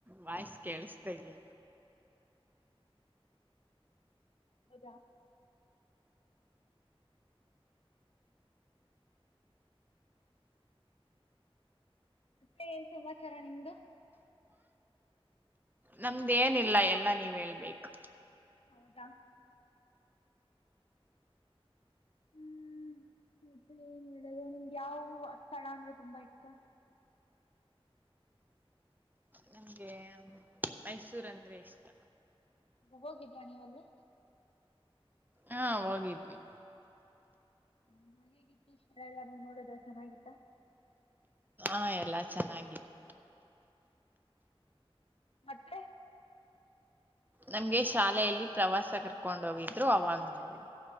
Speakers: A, on the right; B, on the left.
A: ವಾಯ್ಸ್ ಕೇಳಸ್ತ ಇಲ್ಲ
B: ಹೌದಾ ಮತ್ತೆ ಏನ್ ಸಮಾಚಾರ ನಿಮ್ದು
A: ನಮ್ದೇನಿಲ್ಲ ಎಲ್ಲಾ ನೀವ್ ಹೇಳ್ಬೇಕು
B: ಊಟ ಹ್ಮ್ ಮತ್ತೆ ಏನ್ ಹೇಳುದು ನಿಮ್ಗೆ ಯಾವ ಸ್ಥಳ ಅಂದ್ರೆ ತುಂಬಾ ಇಷ್ಟ
A: ನಂಗೆ ಮೈಸೂರ್ ಅಂದ್ರೆ ಇಷ್ಟ
B: ಹೋಗಿದ್ರಾ ನೀವಲ್ಲಿ
A: ಹಾ ಹೋಗಿದ್ವಿ.
B: ಹಾ ನ ಹೇಗಿತ್ತು ಶಳ ಎಲ್ಲ ನೀ ನೋಡದ್ರ ಚೆನ್ನಾಗಿತ್ತ
A: ಹಾ ಎಲ್ಲಾ ಚೆನ್ನಾಗಿತ್ತು
B: ಮತ್ತೆ
A: ನಮ್ಗೆ ಶಾಲೆಯಲ್ಲಿ ಪ್ರವಾಸ ಕರ್ಕೊಂಡ್ ಹೋಗಿದ್ರು ಅವಾಗ್ ನೋಡಿದ್